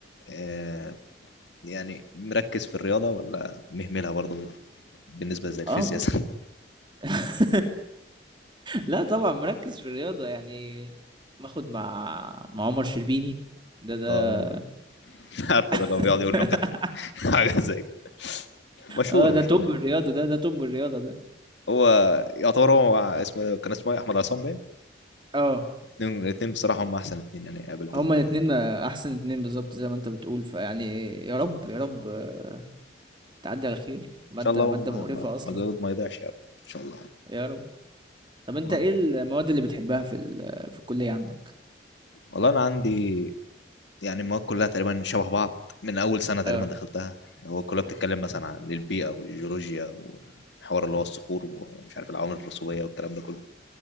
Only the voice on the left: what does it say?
آه، يعني مركز في الرياضة ولا مهملها برضو بالنسبة زي الفيزياء
زي-
<laughs> اه <laughs> عارفه
ده اللي هو بيقعد يقول نكت <laughs> حاجة زي كده مشهور
مشهور
هو يعتبر هو اسمه كان اسمه إيه؟ أحمد عصام باين
الاتنين الاتنين بصراحة هم أحسن اتنين يعني قابلتهم
شاء الله
ما
ما-
مجهود ما يضيعش يا رب ان شاء الله
و-
والله انا عندي يعني المواد كلها تقريبا شبه بعض من اول سنه تقريبا
دخلتها هو كلها بتتكلم مثلا عن البيئه والجيولوجيا والحوار اللي هو الصخور ومش عارف العوامل الرسوبيه والكلام ده كله